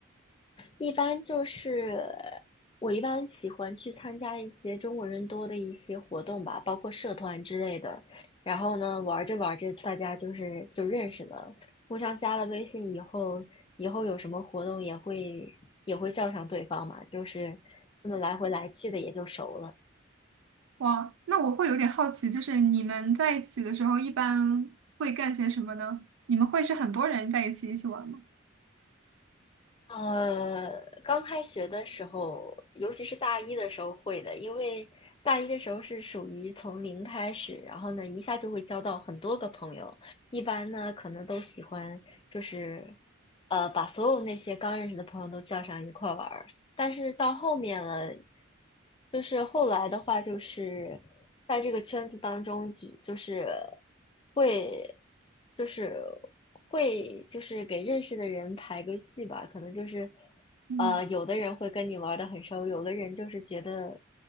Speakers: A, on the left; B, on the right.
A: 一般就是我一般喜欢去参加一些中国人多的一些活动吧，包括社团之类的。然后呢，玩着玩着，大家就是就认识了，互相加了微信以后，以后有什么活动也会也会叫上对方嘛，就是这么来回来去的也就熟了。
B: 哇，那我会有点好奇，就是你们在一起的时候一般会干些什么呢？你们会是很多人在一起一起玩吗？
A: 呃，刚开学的时候，尤其是大一的时候会的，因为大一的时候是属于从零开始，然后呢，一下就会交到很多个朋友。一般呢，可能都喜欢就是，呃，把所有那些刚认识的朋友都叫上一块儿玩儿。但是到后面了，就是后来的话，就是在这个圈子当中，就就是会，就是会，就是给认识的人排个序吧。可能就是，
B: 嗯
A: 呃，有的人会跟你玩的很熟，有的人就是觉得，